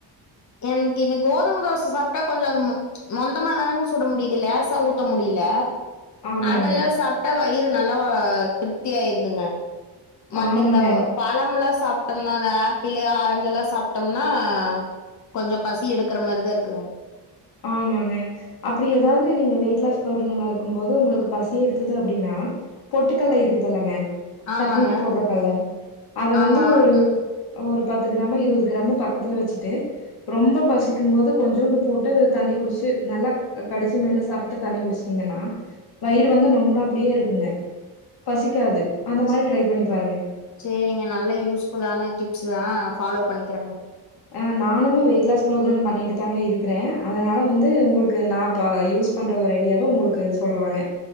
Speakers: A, on the left; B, on the left.
A: எனக்கு இது கோதும தோச சாப்ட்டா கொஞ்ச அது ப்ச் மொந்தமா தானங்க சுட முடியுது லேசா ஊத்த முடிய்ல
B: ஆமாங்க
A: அதெல்லா சாப்ட்டா வயிறு நல் ல்லா திருப்தியாயிருதுங்க மத்த
B: ஆமாங்க
A: இந்த பழம்ல்லா சாப் ப்ட்டோம்னா அது ஆப்பிளு ஆரஞ்சு எல்லா சாப்ட்டோம்னாஹ் கொஞ்சோ பசி எடுக்கிற மாரிதா இருக்குங்
B: ஆமாங்க அப்பிடி ஏதாவது நீங்க வெயிட் லாஸ் ப்ரோக்ளாமா இருக்கு போது உங்களுக்குப் பசி எடுத்தது அப்பிடின்னா பொட்டுக்கல்ல இருக்குதுல்லங்க
A: ஆமாங்க
B: சட்னிக்கு போட்றக்கல்ல அத
A: ஆமா
B: வந்து ஒரு ஒரு பத்து கிராமோ இருபது கிராமோ பக்கத்துல வச்சுட்டு ரொம்பப் பசிக்கும் போது கொஞ்சோண்டு பொட் ட்டு தண்ணி குடிச்சு நல்லா கடிச்சு மென்னு சாப்ட்டு தண்ணி குடிச்சிட்டீங்கன்னா வயிறு வந்து நொம்முனாப்பிடியே இருக்குங்க பசிக்காது அந்த மாரி ட்ரை பண்ணிப் பாருங்க
A: சேரிங்க நல்ல யூஸ்ஃபுல்லான டிப்ஸு தா ஃபாலோ பண்ணிக்கறங்க
B: ஆஹ் நானுமே வெயிட்லாஸ் ப்ரோக்ரா பண்ணிட்டு தாங்க இருக்குறே அதனால வந்து உங்களுக்கு நா ப யூஸ் பண்ற ஒரு ஐடியாவை உங்களுக்கு சொல்றேங்க